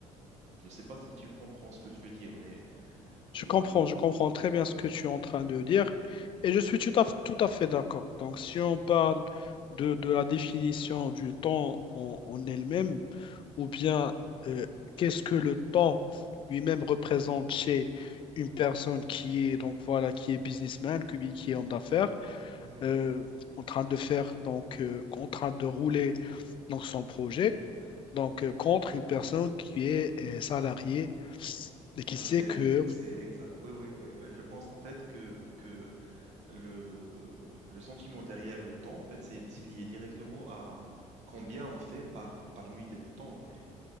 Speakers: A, on the right; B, on the left.
A: Je ne sais pas si tu comprends ce que je veux dire, mais
B: Je
A: euh,
B: comprends, je comprends très bien ce que tu es en train de dire et je suis tout à, tout à fait d'accord. Donc, si on parle de, de la définition du temps en, en elle-même, ou bien euh, qu'est-ce que le temps lui-même représente chez une personne qui est donc voilà qui est businessman, qui, qui est homme d'affaires,
A: Ouais.
B: euh, en train de faire donc euh, en train de rouler donc son projet, donc euh, contre une personne qui est euh, salariée et qui
A: voilà,
B: sait
A: c'est,
B: que
A: c'est exact. Oui, oui, oui. Euh, Je pense en fait que, que le, le sentiment derrière le temps, en fait, c'est c'est lié directement à combien on fait par, par unité de temps. Et